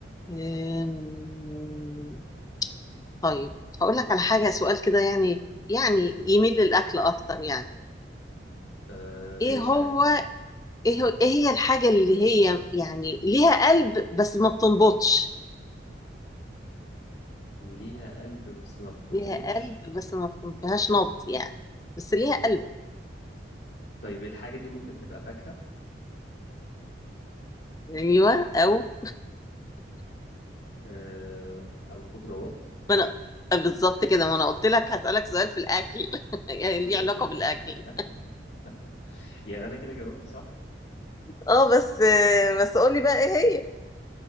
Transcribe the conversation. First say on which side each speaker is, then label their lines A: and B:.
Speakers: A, on the left; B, on the left.
A: أم، طيب هقول لك على حاجه سؤال كده يعني يعني يميل للاكل اكتر يعني
B: آه ماشي
A: ايه هو
B: ع-
A: ايه هو- إيه هي الحاجه اللي هي يعني ليها قلب بس ما بتنبضش
B: ليها قلب بس ما بتنبضش
A: ليها قلب بس ما ما فيهاش نبض يعني بس ليها قلب
B: طيب الحاجه دي ممكن تبقى فاكهه
A: ايوه او
B: آه او خضروات
A: ما انا بالظبط كده ما انا قلت لك هسألك سؤال في الاكل <laughs> يعني
B: <laughs>
A: ليه علاقة بالاكل
B: يعني انا كده جاوبت صح
A: اه بس بس قولي بقى ايه هي